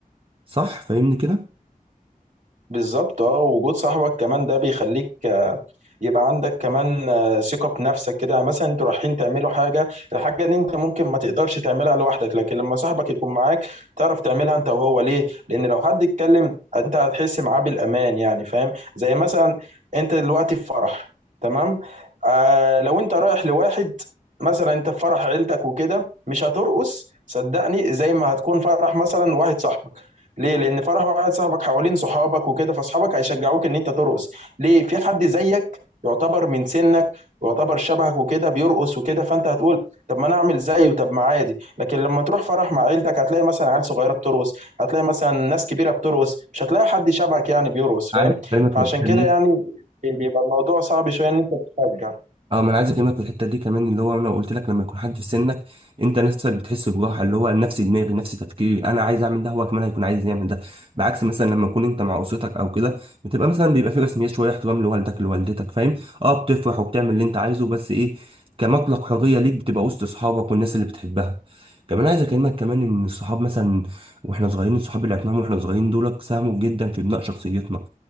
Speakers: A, on the right; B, on the right.
A: صح فاهمني كده
B: بالظبط اه وجود صاحبك كمان ده بيخليك يبقى عندك كمان آه، ثقة بنفسك كده مثلا انتوا رايحين تعملوا حاجة الحاجة ان انت ممكن ما تقدرش تعملها لوحدك لكن لما صاحبك يكون معاك تعرف تعملها انت وهو ليه لان لو حد اتكلم انت هتحس معاه بالامان يعني فاهم زي مثلا انت دلوقتي في فرح تمام آه لو انت رايح لواحد مثلا انت في فرح عيلتك وكده مش هترقص صدقني زي ما هتكون فرح مثلا واحد صاحبك ليه لان فرح واحد صاحبك حوالين صحابك وكده فاصحابك هيشجعوك ان انت ترقص ليه في حد زيك يعتبر من سنك يعتبر شبهك وكده بيرقص وكده فانت هتقول طب ما انا اعمل زيه طب ما عادي لكن لما تروح فرح مع عيلتك هتلاقي مثلا عيال صغيره بترقص هتلاقي مثلا ناس كبيره بترقص مش هتلاقي حد شبهك يعني بيرقص
A: عايز
B: فاهم
A: اكلمك
B: فعشان
A: في الحته
B: كده
A: دي
B: يعني بيبقى الموضوع صعب شويه ان انت تشجع
A: اه ما انا عايز اكلمك في الحته دي كمان اللي هو انا قلت لك لما يكون حد في سنك انت نفسك بتحس بجوحه اللي هو نفس دماغي نفس تفكيري انا عايز اعمل ده هو كمان هيكون عايز يعمل ده بعكس مثلا لما تكون انت مع اسرتك او كده بتبقى مثلا بيبقى في رسميات شويه احترام لوالدك لوالدتك فاهم اه بتفرح وبتعمل اللي انت عايزه بس ايه كمطلق حريه ليك بتبقى وسط اصحابك والناس اللي بتحبها كمان عايز اكلمك كمان ان الصحاب مثلا واحنا صغيرين الصحاب اللي عرفناهم واحنا صغيرين دول ساهموا جدا في بناء شخصيتنا